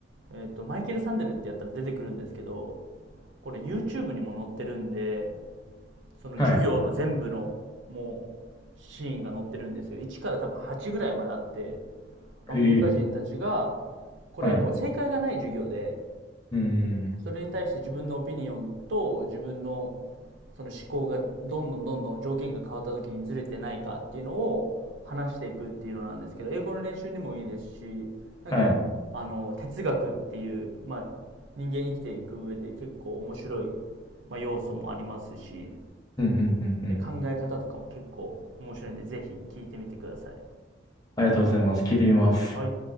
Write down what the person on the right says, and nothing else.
えっと、マイケル・サンデルってやったら出てくるんですけど、これ YouTube にも載ってるんで、その授業の全部のもうシーンが載ってるんですよ。
1から多分8ぐらいまであって、アメリカ人たちが、
これもう正解がない授業で、
それに対して自分のオピニオンと自分のその思考がどんどんどんどん条件が変わった時にずれてないかっていうのを話していくっていうのなんですけど、英語の練習にもいいですし、なんか、
あの、哲学っていう、まあ、人間生きていく上で結構面白い、まあ、要素もありますし、
で、考え方とかも結構面白いんで、ぜひ聞いてみてください。
はい。